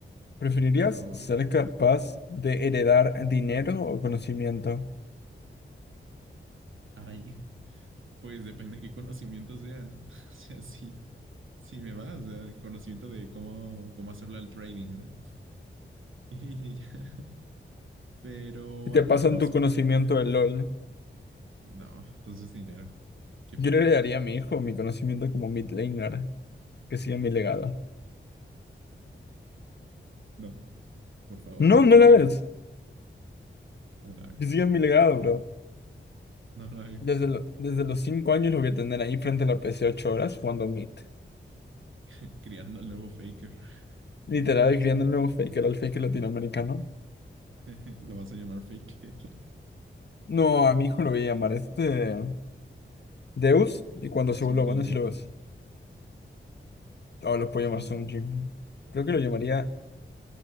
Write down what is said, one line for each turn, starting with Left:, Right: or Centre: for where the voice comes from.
Left: ¿Preferirías
Right: Pero,
Left: ser capaz de heredar dinero o conocimiento?
Right: ay, <laughs> pues depende de qué conocimiento sea, ¿no? <laughs> O sea, sí, sí me va, o sea, el conocimiento de cómo, cómo hacerlo al trading, ¿no? <laughs> Y, ya. pero
Left: Si te
Right: a
Left: pasan
Right: términos,
Left: tu conocimiento de LOL,
Right: no, entonces dinero, qué
Left: yo
Right: feo.
Left: le heredaría a mi hijo mi conocimiento como mid laner, que siga mi legado.
Right: No, por favor,
Left: No,
Right: no
Left: no
Right: lo
Left: la
Right: hagas,
Left: ves,
Right: no lo hagas,
Left: que siga mi legado, bro.
Right: no lo hagas.
Left: Desde, lo- desde los 5 años lo voy a tener ahí frente a la PC 8 horas jugando mid.
Right: <laughs> Criando al nuevo faker.
Left: Literal,
Right: <laughs> Vamos,
Left: criando el nuevo faker, el faker latinoamericano.
Right: <laughs> lo vas a llamar faker.
Left: No, a mi hijo lo voy a llamar este. Deus, y cuando se
Right: Sun
Left: vuelva
Right: Jinwoo,
Left: bueno, si lo ves. O lo puedo
Right: Sun,
Left: llamar Sunjin. Creo que lo llamaría.